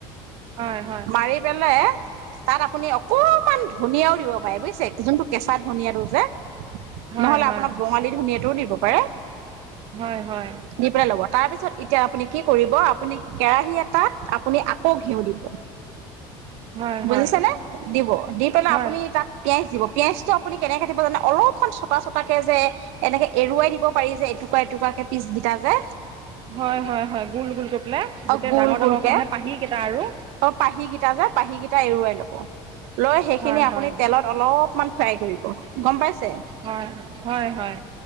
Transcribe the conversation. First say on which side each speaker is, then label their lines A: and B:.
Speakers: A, on the right; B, on the right.
A: হয় হয়
B: মাৰি পেলাই তাত আপুনি অকমান ধুনীয়াও দিব পাৰে বুজিছে যোনটো কেঁচা ধুনিয়াটো যে,
A: হয়
B: নহ'লে
A: হয়
B: আপোনাৰ বঙালী ধুনিয়াটোও দিব পাৰে।
A: হয়, হয়।
B: দি পেলাই ল'ব, তাৰপিছত এতিয়া আপুনি কি কৰিব, আপুনি কেৰাহী এটাত আপুনি আকৌ ঘিউ দিব।
A: <inaudible>
B: বুজিছে
A: হয়
B: নে দিব দি পেলাই
A: হয়
B: আপুনি তাত পিয়াঁজ দিব, পিঁয়াজটো আপুনি কেনেকে কাটিব জানে, অলপমান ছটা ছটাকে যে এনেকে এৰুৱাই দিব। পাৰি যে এটুকুৰা, এটুকুৰাকে পিছ কেইটা যে।
A: হয়, হয়, হয়, গোল-গোল কৰি পেলাই,
B: অ
A: গোটেই
B: গোল
A: ডাঙৰ-ডাঙৰকে
B: গোলকে
A: মানে পাহী কেইটা আৰু।
B: অ পাহি কেইটা যে, পাহী কেইটা এৰুৱাই ল'ব। লৈ সেইখিনি
A: হয়
B: আপুনি
A: হয়
B: তেলত অলপমান ফ্ৰাই কৰিব, গম পাইছে
A: হয়, হয়, হয়।